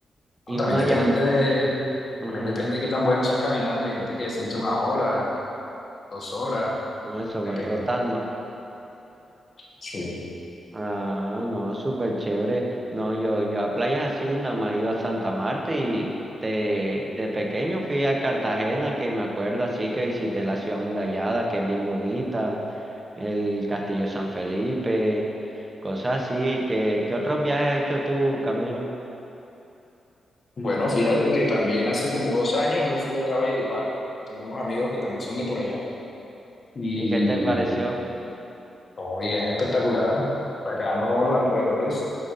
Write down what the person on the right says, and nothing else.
Y
uno allá,
ujú,
uno eso
van rotando.
Ah, no, súper chévere. No, yo, yo a playas así, nada más he ido a Santa Marta y de, de pequeño fui a Cartagena, que me acuerdo así que visité la ciudad amurallada, que es bien bonita, el Castillo de San Felipe, cosas así. ¿Qué, qué otros viajes has hecho tú, Camilo?
¿Y qué te pareció